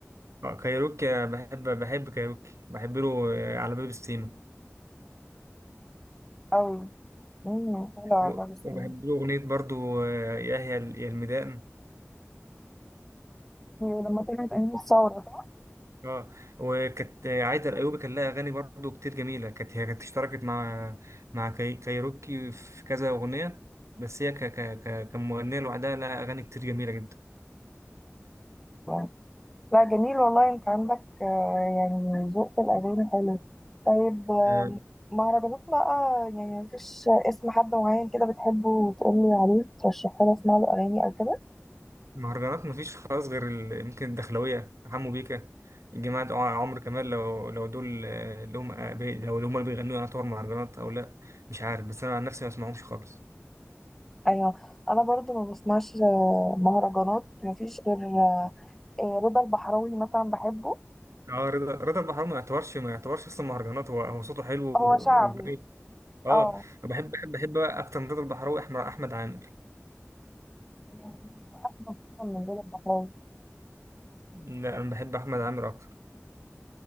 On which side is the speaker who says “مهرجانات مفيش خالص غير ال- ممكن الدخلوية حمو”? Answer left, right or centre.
Right